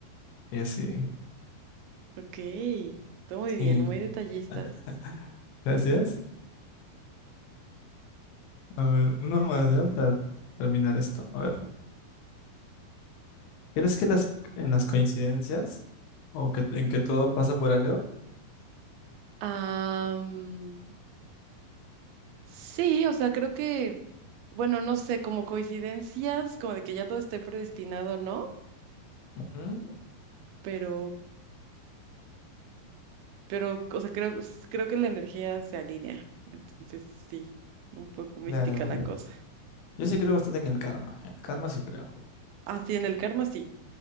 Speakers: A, on the left (about 85°); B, on the right (about 80°).
A: y así.
B: Ok, todo muy
A: Sí.
B: bien, muy detallista.
A: <laughs> Gracias. A ver, uno más ya para terminar esto. A ver, ¿crees que las en las coincidencias o que en que todo pasa por algo?
B: Am, sí, o sea, creo que, bueno, no sé, como coincidencias, como de que ya todo esté predestinado, ¿no?
A: Ujú,
B: Pero, pero, o sea, creo, creo que la energía se alinea. Entonces, sí, un poco mística
A: Claro.
B: la cosa.
A: Yo sí creo bastante en el karma. En el karma sí creo.
B: Así en el karma sí,